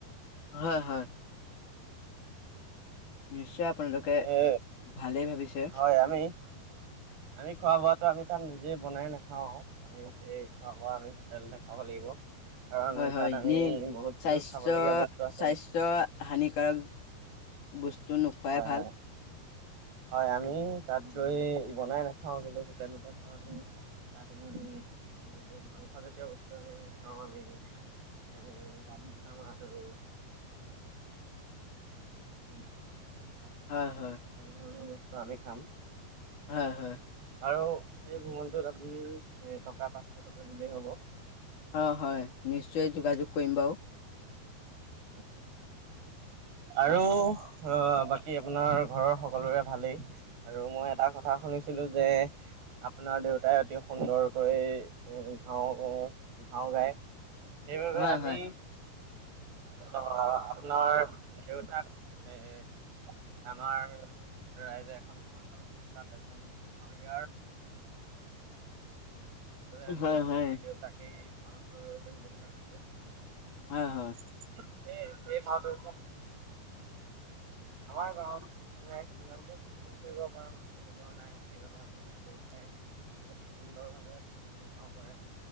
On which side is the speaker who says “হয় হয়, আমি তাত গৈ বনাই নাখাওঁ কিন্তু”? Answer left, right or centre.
Right